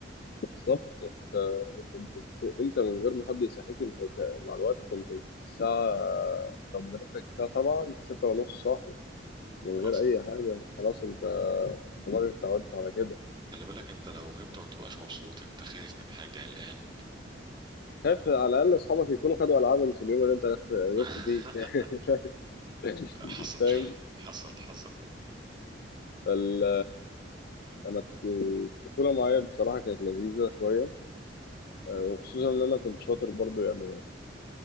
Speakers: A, on the left; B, on the right.
A: بالظبط انت بت- انت من غير ما حد يصحيك انت بت- مع الوقت كنت الساعة لو مدرستك الساعة 7 انت 6 ونص صاحي من غير
B: حصل
A: أي حاجة خلاص انت دماغك اتعودت على كده
B: خلي بالك انت لو غبت ما تبقاش مبسوط انت خايف من حاجة الآن
A: خايف على الأقل أصحابك يكونوا خدوا ألعاب في اليوم اللي انت
B: <laughs>
A: جبت جبت فيه <laughs>
B: حصل
A: فاهم
B: حصل حصل
A: فال أنا الطفولة معايا بصراحة كانت لذيذة شوية وخصوصا إن أنا كنت شاطر برضو يعني